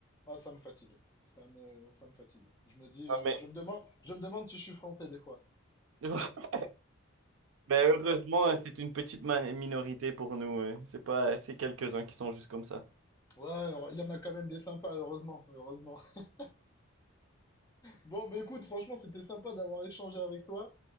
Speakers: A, on the left; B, on the right.
A: ah ça me fatigue. Ça me ça me fatigue. Je me dis,
B: Ouais,
A: je,
B: Mais,
A: je me demande je me demande si je suis français des fois.
B: <laughs> mais heureusement, euh, c'est une petite ma- minorité pour nous. euh. C'est pas, c'est quelques-uns qui sont juste comme ça.
A: Ouais, heure- il y en a quand même des sympas, heureusement, heureusement. <laughs> Bon, bah écoute, franchement, c'était sympa d'avoir échangé avec toi.